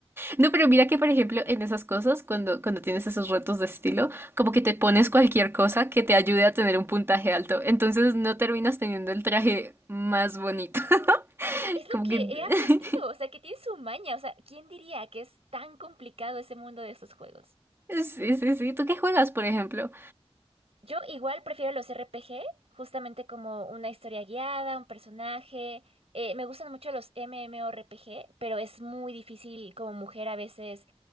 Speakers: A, on the right; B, on the right.
A: No, pero mira que, por ejemplo, en esas cosas, cuando, cuando tienes esos retos de estilo, como que te pones cualquier cosa que te ayude a tener un puntaje alto. Entonces no terminas teniendo el traje más bonito. <laughs>
B: Es lo
A: Como
B: que
A: que...
B: he aprendido,
A: <laughs>
B: o sea, que tiene su maña. O sea, ¿quién diría que es tan complicado ese mundo de estos juegos?
A: Sí, sí, sí. ¿Tú qué juegas, por ejemplo?
B: Yo igual prefiero los R P G justamente como una historia guiada, un personaje. Eh, me gustan mucho los MMORPG, pero es muy difícil como mujer a veces